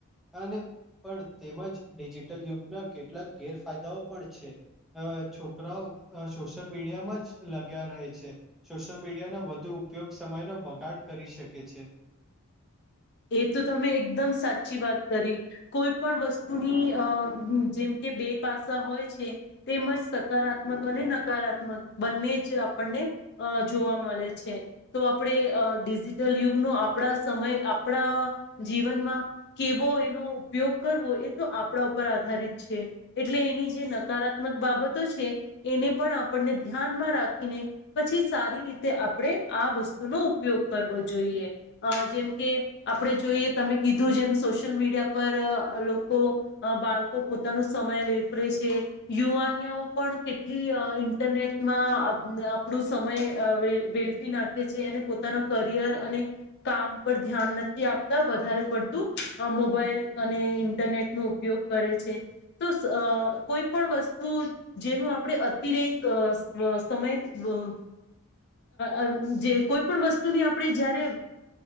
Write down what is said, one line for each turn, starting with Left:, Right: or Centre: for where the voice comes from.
Centre: અને પણ તેમજ ડિજિટલ યુગના કેટલાક ગેરફાયદાઓ પણ છે. અ છોકરાઓ સોશિયલ મીડિયામાંજ લગ્યા રહે છે સોશિયલ મીડિયાના વધુ ઉપયોગ સમયનો બગાડ કરી શકે છે.
Left: એ તો તમે એકદમ સાચી વાત કરી કોઈ પણ વસ્તુની અ જેમ કે બે પાસા હોય છે તેમજ સકારાત્મક અને નકારાત્મક બન્નેજ આપણને જોવા મળે છે તો આપણે ડિજિટલ યુગનો આપણા સમય આપણા જીવનમાં કેવો એનો ઉપયોગ કરવો એ તો આપણા ઉપર આધારિત છે. એટલે એની જે નકારાત્મક બાબતો છે એને પણ આપણને ધ્યાનમાં રાખીને પછી સારી રીતે આપણે આ વસ્તુનો ઉપયોગ કરવો જોઈએ જેમ કે આપણે જોઈએ તમે કીધું જેમ સોશિયલ મીડિયા પર લોકો બાળકો પોતાનું મય વેપરે છે યુવાનીઆઓ પણ કેટલી ઇન્ટરનેટમાં આપણું સમય વેળફી નાખે છે અને પોતાનો કરિયર અને કામ પર ધ્યાન આપતા વધારે પડતું મોબાઈલ અને ઇન્ટરનેટ નો ઉપયોગ કરે છે તો કોઈ પણ વસ્તુ જેનું આપણે અતિરેક સમય અ <unintelligible> જે કોઈ પણ વસ્તુની આપણે જ્યારે